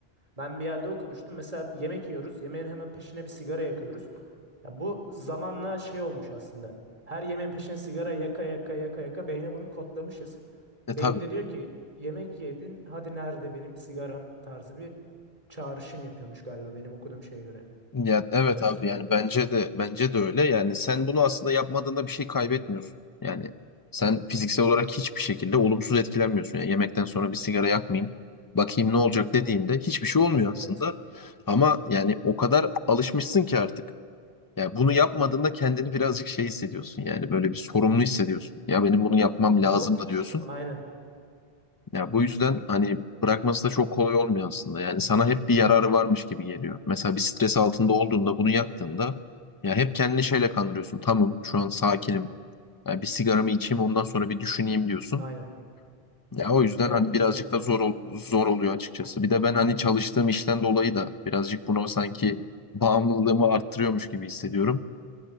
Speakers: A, on the right (about 35°); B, on the left (about 20°).
A: ben bir yerde okumuştum. Mesela yemek yiyoruz. Yemeğin hemen peşine bir sigara yakıyoruz. Ya bu zamanla şey olmuş aslında. Her yemeğin peşine sigara yaka yaka yaka yaka beyne bunu kodlamışız.
B: E
A: Beyin
B: tabii
A: de diyor ki yemek yedin hadi nerede benim sigaram tarzı bir çağrışım yapıyormuş galiba benim okuduğum şeye göre.
B: Ya evet
A: Araştırmaya
B: abi yani
A: göre.
B: bence de bence de öyle. Yani sen bunu aslında yapmadığında bir şey kaybetmiyorsun. Yani sen fiziksel olarak hiçbir şekilde olumsuz etkilenmiyorsun. Yani yemekten sonra bir sigara yakmayayım, bakayım ne olacak dediğinde hiçbir şey olmuyor
A: Evet.
B: aslında. Ama yani o kadar alışmışsın ki artık. Yani bunu yapmadığında kendini birazcık şey hissediyorsun. Yani böyle bir sorumlu hissediyorsun. Ya benim bunu yapmam
A: Bo
B: lazım da diyorsun.
A: aynen.
B: Ya bu yüzden hani bırakması da çok kolay olmuyor aslında. Yani sana hep bir yararı varmış gibi geliyor. Mesela bir stres altında olduğunda bunu yaktığında ya hep kendini şeyle kandırıyorsun. Tamam şu an sakinim. Ya bir sigaramı içeyim ondan sonra bir düşüneyim diyorsun.
A: Aynen.
B: Ya o yüzden
A: Evet
B: hani birazcık
A: evet
B: da
A: evet.
B: zor ol- zor oluyor açıkçası. Bir de ben hani çalıştığım işten dolayı da birazcık bunu sanki bağımlılığımı arttırıyormuş gibi hissediyorum.